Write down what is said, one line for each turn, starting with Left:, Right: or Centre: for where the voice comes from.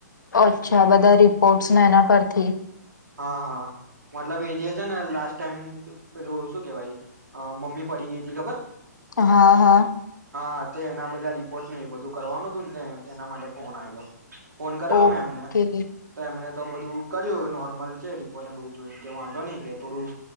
Left: અચ્છા બધા રિપોર્ટ્સને એના પરથી
Right: હા હા મતલબ એ જે ને લાસ્ટ ટાઈમ પેલોું શું કેવાય મમ્મી પડી ગઈ હતી ખબર
Left: હા હા
Right: હા એના બધા રિપોર્ટ નને એ બધું કરવાનું હતું ને એના માટે ફોન આલો ફોન કરેલો
Left: ઓકે
Right: મેં એમને તો એમણે બધું કર્યું નોર્ મળ રિપોર્ટને બધું જોઈને કે વાંધો નહીિ કે થોડું